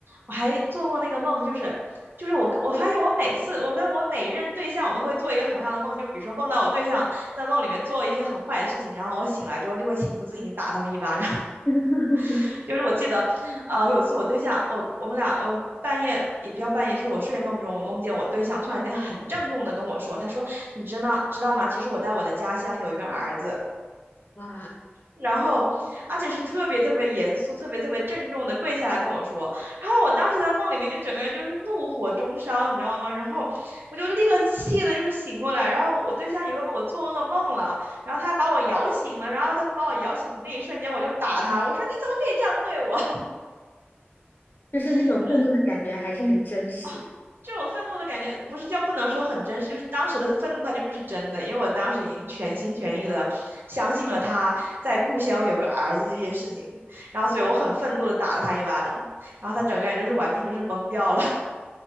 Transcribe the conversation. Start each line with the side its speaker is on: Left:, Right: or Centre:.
Right: 我还做过那个梦，就是就是我跟我发现我每次我跟我每一任对象，我都会做一个同样的梦，就比如说梦到我对象在梦里面做一些很坏的事情，然后我醒来之后就会情不自禁打他们一巴掌。
Left: <laughs>
Right: <laughs> 就是我记得，呃，有次我对象，我我们俩我。半夜也不叫半夜，就是我睡梦中，我梦见我对象突然间很郑重的跟我说，他说：“你知道知道吗？其实我在我的家乡有一个儿子。”
Left: 哇，
Right: 然后，而且是特别特别严肃、特别特别郑重的跪下来跟我说。然后我当时在梦里面就整个人就是怒火中烧，你知道吗？然后我就立刻气的就是醒过来。然后我对象以为我做噩梦了，然后他把我摇醒了。然后他把我摇醒那一瞬间，我就打他，我说你怎么可以这样对我？
Left: 就是那种愤怒的感觉，
Right: <laughs> 我说
Left: 还是很真实，
Right: 啊，这种愤怒的感觉不是叫不能说很真实，就是当时的愤怒它就是真的，因为我当时已经全心全意的相信了他在故乡有个儿子这件事情，然后所以我很愤怒的打了他一巴掌，然后他整个人就是完全就是懵掉了。